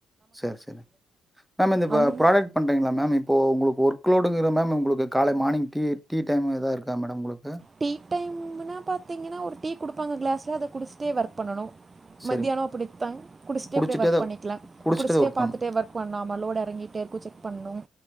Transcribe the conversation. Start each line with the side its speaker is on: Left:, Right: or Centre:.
Centre: சேரி சேரி மேம் இந்த இ
Right: அந்த
Centre: ப்ராடக்ட் பண்ணறீங்ளா மேம் இப்போ உங்களுக்கு ஒர்க்லோடுங்கிற மேம் உங்களுக்கு காலை மார்னிங் டீ டீ டைமு எதா இருக்கா மேடம் உங்களுக்கு
Right: டீ டைம்னா பாத்தீங்னா ஒரு டீ குடுப்பாங்க கிளாஸ்ல அத குடிச்சிட்டே ஒர்க் பண்ணணு
Centre: சரி
Right: மத்தியானோ அப்படித்தான் குடிச்சுட்டே
Centre: குடிச்சிட்டே
Right: அப்டியே ஒர்க்
Centre: தான்
Right: பண்ணிக்கலா
Centre: குடிச்சிட்டே
Right: குடிச்சுட்டே
Centre: தான் ஒர்க்
Right: பாத்துட்டே
Centre: பண்ணும்
Right: ஒர்க் பண்ணாமல் லோட் எறங்கிட்டே இருக்கு செக் பண்ணும்